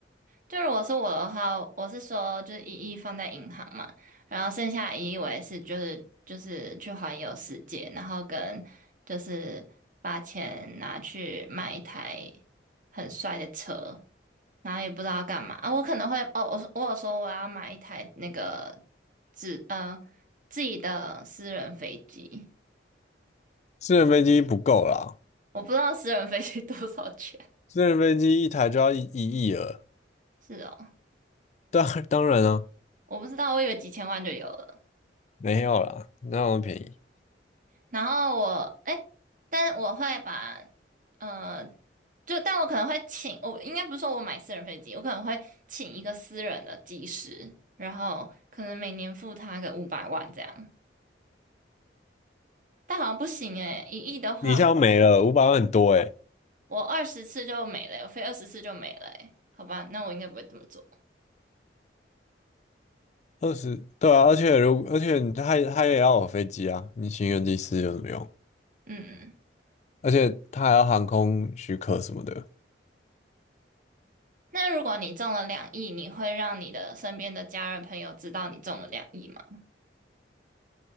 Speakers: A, on the right; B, on the left.
A: 就如果是我的话，我是说就是一亿放在银行嘛，然后剩下的一亿我也是就是就是去环游世界，然后跟就是把钱拿去买一台很帅的车，然后也不知道要干嘛啊。我可能会哦，我说我有说我要买一台那个自呃自己的私人飞机，
B: 私人飞机不够啦，
A: 我不知道私人飞机多少钱，
B: 私人飞机一台就要一一亿了。
A: 是哦，
B: 当当然啊，
A: 我不知道，我以为几千万就有了。
B: 没有啦，那么便宜？
A: 然后我，哎，但我会把，呃，就但我可能会请，我应该不是说我买私人飞机，我可能会请一个私人的机师，然后可能每年付他个五百万这样，但好像不行诶，一亿的话，
B: 你一下就没了，五百万很多哎，
A: 我二十次就没了，我飞二十次就没了诶，好吧，那我应该不会这么做。
B: 二十，对啊，而且如而且他也他也要有飞机啊，你请一个机师有什么用？
A: 嗯，
B: 而且他还要航空许可什么的，
A: 那如果你中了两亿，你会让你的身边的家人朋友知道你中了两亿吗？